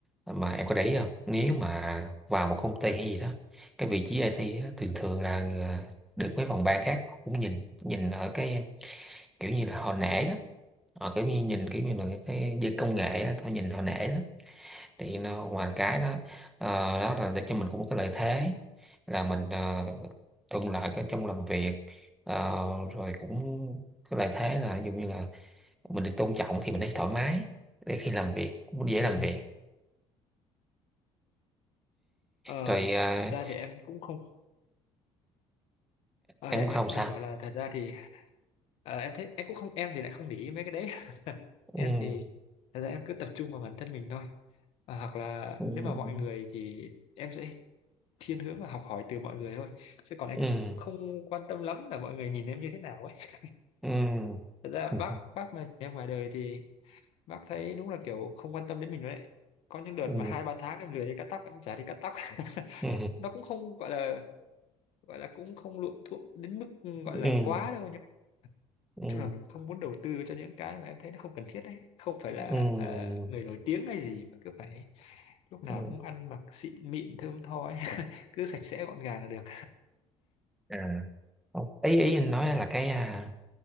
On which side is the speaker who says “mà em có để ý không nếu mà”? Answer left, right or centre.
Centre